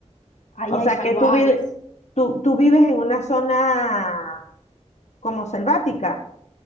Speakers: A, on the left; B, on the left.
A: Ahí
B: O
A: hay
B: sea
A: jaguares,
B: que tú vives, tú, tú vives en una zona como selvática.